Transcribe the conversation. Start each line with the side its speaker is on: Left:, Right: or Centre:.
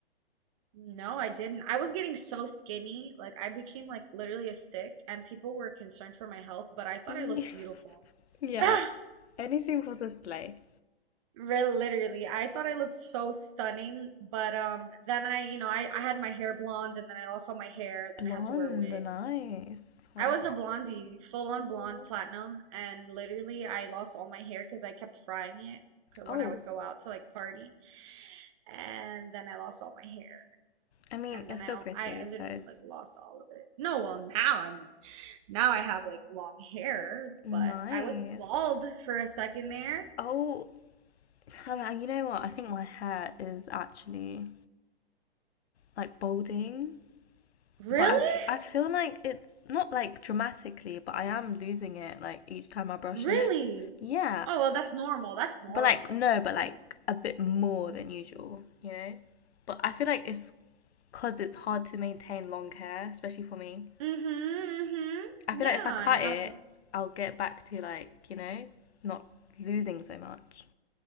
Right: no, I didn't. I was getting so skinny, like I became like literally a stick, and people were concerned for my health, but I thought
Left: <laughs>
Right: I looked beautiful. <laughs>
Left: yeah,
Right: Ah,
Left: anything for the sleigh.
Right: Real literally, I thought I looked so stunning, but um, then I, you know, I, I had my hair blonde, and then I lost all my hair, and
Left: Blonde,
Right: then I had to wear a wig.
Left: nice. Wow.
Right: I was a blondie, full on
Left: Oh,
Right: blonde platinum, and literally I lost all my hair because I kept frying it when
Left: Oh,
Right: I would go out to like party, and then I lost all my hair,
Left: I mean,
Right: and
Left: you're
Right: then
Left: still
Right: I
Left: pretty,
Right: I, I literally
Left: so
Right: like lost all of it. No, well now I mean, now I have like long hair,
Left: Nice.
Right: but I was bald for a second there.
Left: Oh, I mean, I- you know what? I think my hair is actually like balding,
Right: Really?
Left: but I, f- I feel like it's not like dramatically, but I am losing it like each time I brush
Right: Really?
Left: it. Yeah,
Right: Oh well, that's normal. That's normal.
Left: but like no,
Right: That's
Left: but like
Right: normal.
Left: a bit more than usual, you know? But I feel like it's because it's hard to maintain long hair, especially for me.
Right: Mm-hmm, mm-hmm.
Left: I feel
Right: Yeah,
Left: like if I cut
Right: you're
Left: it,
Right: not the
Left: I'll get back to like, you know, not losing so much.